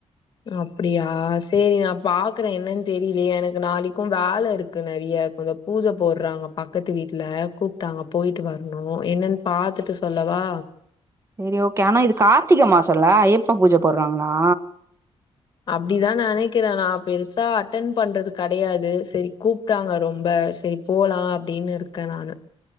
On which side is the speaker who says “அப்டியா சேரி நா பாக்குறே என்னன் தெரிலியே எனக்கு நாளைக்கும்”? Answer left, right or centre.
Left